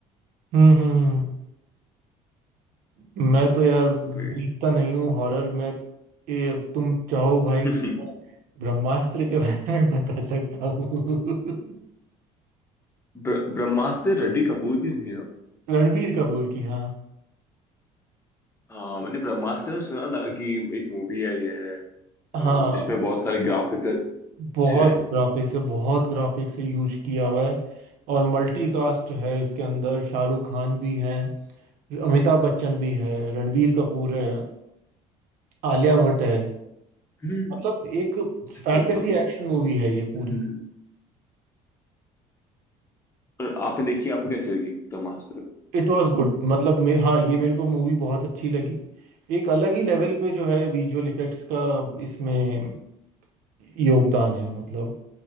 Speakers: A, on the right; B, on the left.
A: हम्म हम्म हम्म। मैं तो यार देखता
B: वे
A: नहीं हूँ हॉरर मैं ए, तुम चाहो भाई
B: <laughs>
A: तो मैं ब्रह्मास्त्र के <laughs> बारे में बता सकता हूँ
B: ब्र, ब्रह्मास्त्र रेडी कपूर की थी ना
A: <laughs> रणबीर कपूर की हाँ
B: हाँ मैंने ब्रह्मास्त्र में सुना था कि एक मूवी आई है अम,
A: हाँ
B: जिसमें बहुत सारे ग्राफिक्स अच्छे
A: बहुत
B: हैं
A: ग्राफिक्स है बहुत ग्राफिक्स से यूज किया हुआ है और मल्टीकास्ट है इसके अंदर शाहरुख खान भी हैं अमिताभ बच्चन भी है रणबीर कपूर है आलिया भट्ट है
B: हम्म,
A: मतलब एक फैंटेसी
B: फिर तो
A: एक्शन मूवी है ये पूरी
B: हम्म। और आपने देखी आपको कैसी लगी ब्रह्मास्त्र
A: इट वाज गुड मतलब मैं हाँ ये मेरे को मूवी बहुत अच्छी लगी एक अलग ही लेवल पे जो है विजुअल इफेक्ट्स का इसमें योगदान है मतलब